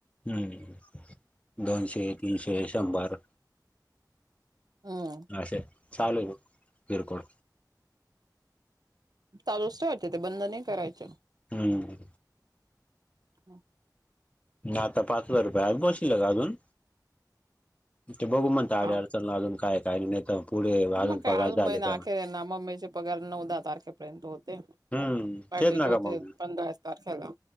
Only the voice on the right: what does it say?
हम्म
चालूच ठेवायचं ते बंद नाही करायच.
हो,
हा
मग काय
आज
महिना
अखेर आहे ना मग् ममीचे पगार नऊ दहा तारखेपर्यंत होते.
पहायचे
होत्यात
पंधराच तारखेला.